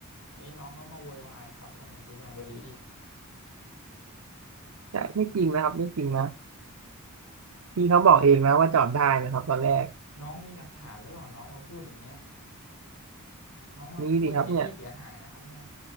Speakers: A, on the left; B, on the right.
A: นี่น้องเขามาโวยวายครับท่านอธิการบดี
B: ใช่ไม่จริงนะครับไม่จริงนะพี่เขาบอกเองนะว่าจอดได้นะครับตอนแรก
A: น้องมีหลักฐานหรือเปล่าน้องมาพูดอย่างเงี้ยน้องมาพูดอย่างเงี้ยพี่เสียหายนะครับเนี่ย
B: มีดิครับเนี่ย